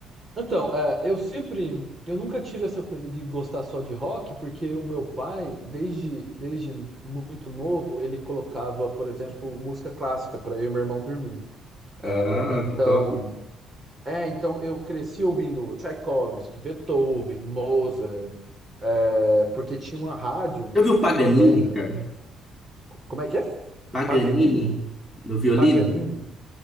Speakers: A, on the right (about 20°); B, in the centre.
A: Então, é, eu sempre, eu nunca tive essa coisa de gostar só de rock, porque o meu pai, desde, desde muito novo, ele colocava, por exemplo, música clássica para eu e meu irmão dormir.
B: Ah,
A: É, Então,
B: que top.
A: é, então eu cresci ouvindo Tchaikovsky, Beethoven, Mozart, é, porque tinha uma rádio
B: Já viu o Paganini,
A: quando ainda,
B: cara?
A: como é que é?
B: Paganini
A: Paganini?
B: no violino?
A: Paganini?